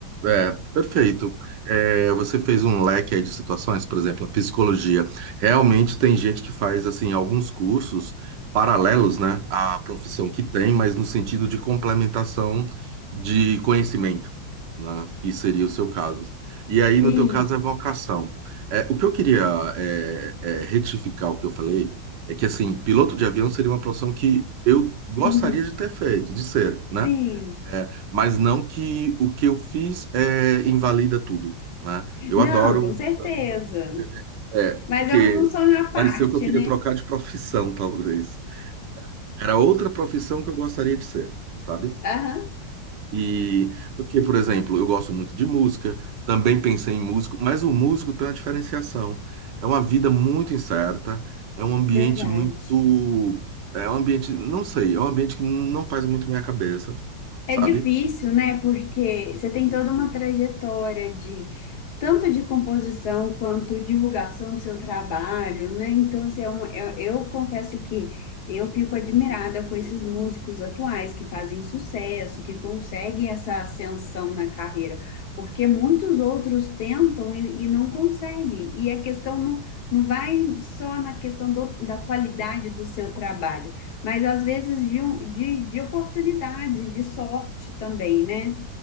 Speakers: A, on the right; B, on the left.
A: É, perfeito. É, você fez um leque aí de situações, por exemplo, a psicologia. Realmente tem gente que faz assim alguns cursos paralelos, né, à profissão que tem, mas no sentido de complementação de conhecimento, né, que seria o seu caso. E aí,
B: Sim,
A: no teu caso, é vocação. É, o que eu queria é, é, retificar o que eu falei é que assim, piloto de avião seria uma profissão que eu gostaria
B: <laughs>
A: de ter feito, de ser, né?
B: sim.
A: É, mas não que o que eu fiz é, invalida tudo, né? Eu
B: Não,
A: adoro,
B: com certeza.
A: eu adoro, é,
B: Mas
A: porque
B: é um só na parte,
A: pareceu que eu queria
B: né?
A: trocar de profissão, talvez. Era outra profissão que eu gostaria de ser, sabe?
B: Aham,
A: E porque, por exemplo, eu gosto muito de música, também pensei em músico, mas o músico tem uma diferenciação. É uma vida muito incerta, é um ambiente
B: verdade.
A: muito, é um ambiente, não sei, é um ambiente que não faz muito minha cabeça,
B: É
A: sabe?
B: difícil, né? Porque você tem toda uma trajetória de tanto de composição quanto divulgação do seu trabalho, né? Então, assim, é um- é- eu confesso que eu fico admirada com esses músicos atuais que fazem sucesso, que conseguem essa ascensão na carreira, porque muitos outros tentam e, e não conseguem. E a questão não, não vai só na questão do- da qualidade do seu trabalho. Mas às vezes de, um- de, de oportunidades, de sorte também, né?